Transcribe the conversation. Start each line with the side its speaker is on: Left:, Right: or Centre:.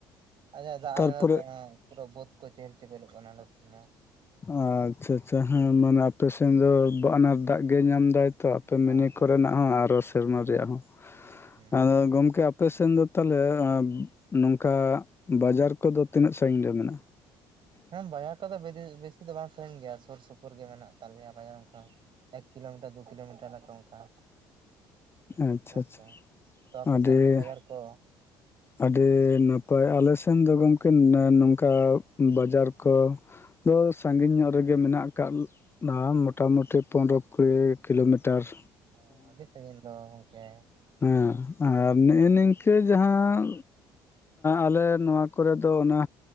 Right: ᱟᱪᱪᱟ
Left: ᱛᱟᱨᱯᱚᱨᱮ
Right: <unintelligible> ᱯᱩᱨᱟᱹ ᱵᱳᱫ ᱠᱚ ᱪᱮᱦᱮᱞ ᱪᱮᱯᱮᱞᱚᱜ ᱠᱟᱱᱟᱞᱮ ᱪᱮᱫ ᱢᱟ᱾
Left: ᱟᱪᱪᱷᱟ, ᱟᱪᱪᱷᱟ, ᱦᱮᱸ ᱢᱟᱱᱮ ᱟᱯᱮᱥᱮᱱ ᱫᱚ ᱵᱟ ᱫᱟᱜ ᱜᱮ ᱧᱟᱢᱫᱟᱭ᱾ ᱛᱚ ᱟᱯᱮ
Right: ᱢᱟ᱾
Left: ᱢᱤᱱᱤ
Right: ᱦᱮᱸ ᱦᱮᱸ
Left: ᱠᱚᱨᱮᱱᱟᱜ ᱦᱚᱸ ᱟᱨᱚ ᱥᱮᱨᱢᱟ ᱨᱮᱭᱟᱜ ᱦᱚᱸ,
Right: ᱦᱩᱸ ᱦᱩᱸ
Left: ᱟᱫᱚ ᱜᱚᱢᱠᱮ? ᱟᱯᱮ ᱥᱮᱱ ᱫᱚ ᱛᱟᱦᱚᱞᱮ ᱱᱚᱝᱠᱟ? ᱵᱟᱡᱟᱨ ᱠᱚᱫᱚ ᱛᱤᱱᱟᱹᱜ ᱥᱟᱺᱜᱤᱧ ᱨᱮ ᱢᱮᱱᱟᱜ-ᱟ?
Right: ᱦᱮᱸ ᱵᱟᱡᱟᱨ ᱠᱚᱫᱚ ᱵᱮ ᱵᱮᱥᱤ ᱫᱚ ᱵᱟᱝ ᱥᱟᱹᱜᱤᱧ ᱜᱮᱭᱟ ᱾ᱥᱩᱨ ᱥᱩᱯᱩᱨ ᱜᱮ ᱢᱮᱱᱟᱜ ᱛᱟᱞᱮᱭᱟ ᱵᱟᱡᱟᱨ ᱚᱝᱠᱟ᱾ ᱮᱠ ᱠᱤᱞᱳᱢᱤᱴᱟᱨ ᱫᱩ ᱠᱤᱞᱳᱢᱤᱴᱟᱨ ᱚᱝᱠᱟ᱾
Left: ᱟᱪᱪᱷᱟ
Right: ᱦᱮᱸ
Left: ᱟᱪᱪᱷᱟ
Right: ᱥᱮ ᱛᱚ ᱟᱯᱮ
Left: ᱟᱹᱰᱤ
Right: ᱥᱮᱱ ᱫᱚ ᱵᱟᱡᱟᱨ ᱠᱚ
Left: ᱟᱹᱰᱤ ᱱᱟᱯᱟᱭ᱾ ᱟᱞᱮ ᱥᱮᱱ ᱫᱚ ᱜᱚᱢᱠᱮ
Right: ᱦᱮᱸ
Left: ᱱᱚᱝᱠᱟ ᱵᱟᱡᱟᱨ ᱠᱚ ᱛᱚ ᱥᱟᱺᱜᱤᱧ ᱧᱚᱜ ᱨᱮᱜ ᱜᱮ ᱢᱮᱱᱟᱜ ᱟᱠᱟᱫ-ᱟ᱾ ᱢᱚᱴᱟ ᱢᱩᱴᱤ ᱯᱚᱱᱨᱚ ᱠᱩᱨᱤ ᱠᱤᱞᱳᱢᱤᱴᱟᱨᱥ᱾
Right: ᱚ ᱟᱹᱰᱤ ᱥᱟᱺᱜᱤᱧ ᱫᱚ ᱜᱚᱝᱠᱮ᱾
Left: ᱦᱮᱸ ᱟᱨ ᱱᱤᱜ ᱮ ᱱᱤᱝᱠᱟᱹ ᱡᱟᱦᱟᱸ᱾ ᱟᱞᱮ ᱱᱚᱶᱟ ᱠᱚᱨᱮ ᱫᱚ ᱚᱱᱟ